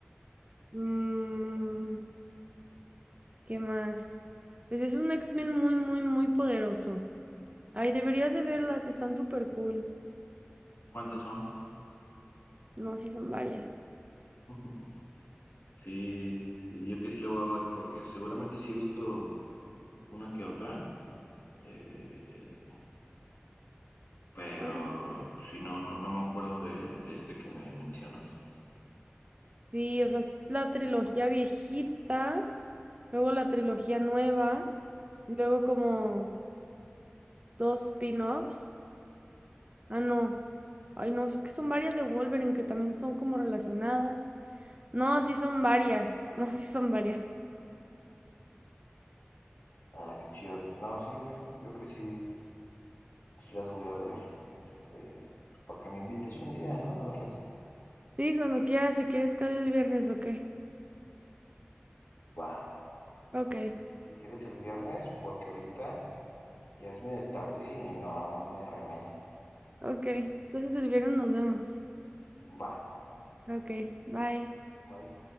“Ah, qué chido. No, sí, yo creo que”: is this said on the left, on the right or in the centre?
Left